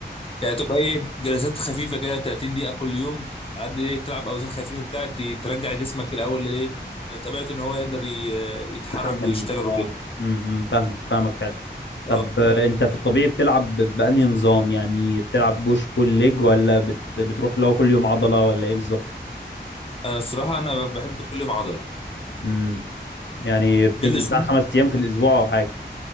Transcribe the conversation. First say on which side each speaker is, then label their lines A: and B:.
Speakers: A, on the left; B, on the left.
A: يعني تبقى ايه جلسات خفيفه كده 30 دقيقه كل يوم على قد ايه تلعب اوزان خفيفه بتاعت ترجع جسمك الاول ايه لطبيعته ان هو يقدر ي- يتحرك
B: تحمل
A: ويشتغل
B: اه
A: وكده
B: امم فاهمك فاهمك فعلا طب
A: اه
B: آه، انت في الطبيعي بتلعب ب- بأنهي نظام يعني بتلعب بوش بول ليج ولا بت... بتروح لو كل يوم عضلة ولا ايه بالظبط
A: انا الصراحه انا بحب كل يوم عضله
B: امم يعني بتنزل
A: في الاسبوع
B: بتاع خمس ايام في الاسبوع او حاجة